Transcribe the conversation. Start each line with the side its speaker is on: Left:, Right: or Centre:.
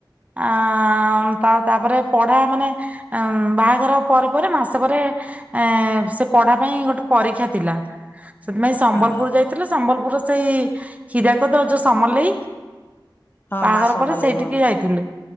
Right: ଆଁମ ତା ତାପରେ ପଢା ମାନେ ଉଁ ବାହାଘର ପରେ ପରେ ମାସେ ପରେ। ଏଁ ସେ ପଢ଼ା ପାଇଁ ଗୋଟେ ପରୀକ୍ଷା ଥିଲା। ସେଥିପାଇଁ ସମ୍ବଲପୁର
Left: ହଁ
Right: ଯାଇଥିଲୁ ସମ୍ବଲପୁରର ସେଇ ହୀରାକୁଦ ଆଉ ଯଉ ସମଲେଇ।
Left: ହଁ
Right: ବାହାଘର
Left: ମା ସମଲେଇ
Right: ପରେ ସେଇଠିକି
Left: ହଁ
Right: ଯାଇଥିଲୁ